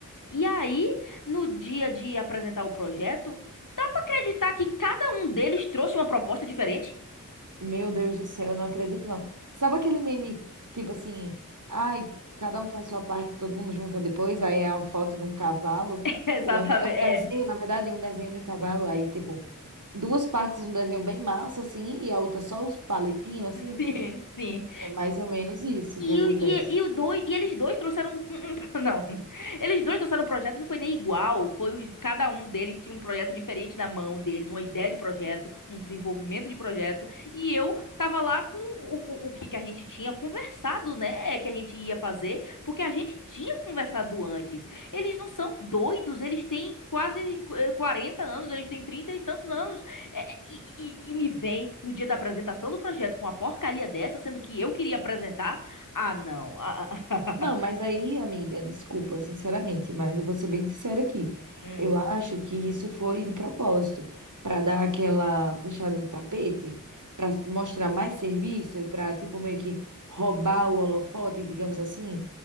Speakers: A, on the left; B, on the right.
A: E aí, no dia de apresentar o projeto, dá pra acreditar que cada um deles trouxe uma proposta diferente?
B: Meu Deus do céu, eu não acredito não. Sabe aquele meme, tipo assim, ai, cada um faz sua parte, todo mundo junta depois, aí é a foto de um cavalo,
A: <laughs> Exatamente,
B: e é um, é um
A: é.
B: desenho, na verdade, é um desenho de um cavalo, aí tipo, duas partes, um desenho bem massa, assim, e a outra só os palitinhos, assim.
A: Sim, sim.
B: É mais ou menos isso
A: E,
B: que acontece.
A: o- e, e, o dois, e eles dois trouxeram um, um- um- <laughs> não, eles dois trouxeram um projeto e não foi nem igual, foi os, cada um deles tinha um projeto diferente na mão deles, uma ideia de projeto, um desenvolvimento de projeto, e eu tava lá com o, o, o que que a gente tinha conversado, né, que a gente ia fazer, porque a gente tinha conversado antes. Eles não são doidos, eles têm quase eh, 40 anos, eles têm 30 e tantos anos. É, e, e- e me vem no dia da apresentação do projeto com uma porcaria dessa, sendo que eu queria apresentar ah, não. Ah, ah,
B: Não, mas aí, amiga, desculpa, sinceramente, mas eu vou ser bem sincera aqui.
A: <laughs> hum.
B: Eu acho que isso foi de propósito, para dar aquela puxada de tapete, para mostrar mais serviço e para, tipo, meio que roubar o holofote, digamos assim.